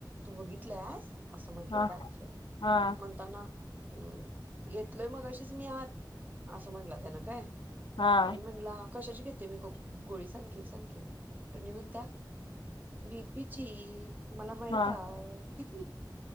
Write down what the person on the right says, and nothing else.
तू बघितलंस असं म्हंटला
काय अक्षय
म्हणताना हम् घेतलोय मग अशीच मी आहात असं म्हटलं त्यान काय
आणि म्हटला कशाची घेते मी गोळी सांग की सांग की हेनि म्हणता बीपीची मला माहित
आहे